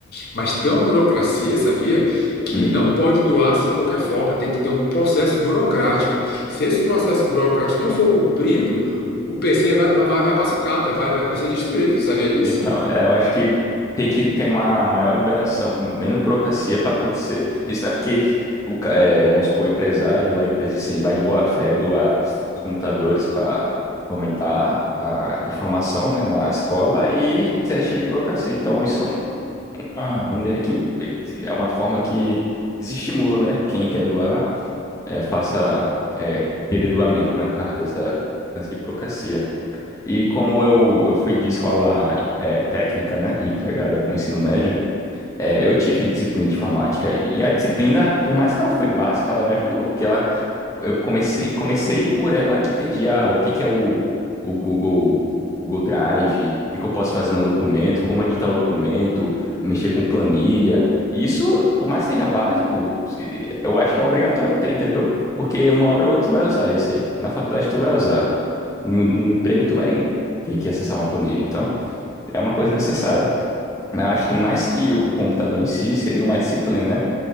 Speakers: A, on the left; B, on the left.
A: mas tem uma burocracia, sabia? Que
B: Hum.
A: não pode doar assim de qualquer forma, tem que ter um processo burocrático. Se esse processo burocrático não for cumprido, o o PC vai, vai, vai para sucata, vai, vai, vai ser destruído, sabia disso?
B: Então, é, eu acho que tem que ter uma maior liberação, menos burocracia para acontecer isso, né? Porque, o, ca- é, vamos supor, o empresário, a empresa assim, vai de boa fé doar os computadores para fomentar a informação, né, na escola e é cheio de burocracia. Então, isso é uma maneira que é uma forma que desestimula, né? Quem quer doar, é, faça, é, querer doar mesmo, né? Por causa dessa, dessa de burocracia. E como eu, eu fui de escola eh, técnica, né, entregada com o ensino médio, eh, eu tive disciplina de informática. E a disciplina, por mais que ela foi básica, ela me ajudou. Que ela, eu comecei, comecei por ela que entendi ah, o que que é o, o Google, Google Drive, o que que eu posso fazer no documento, como editar o documento, mexer com planilha. Isso, por mais que seja básico, eu acho que é obrigatório ter, entendeu? Porque uma hora ou outra tu vai usar isso aí. Na faculdade tu vai usar. No, no emprego, tu vai ter que acessar uma planilha, então é uma coisa necessária. Mas eu acho que mais que o computador em si, seria uma disciplina, né?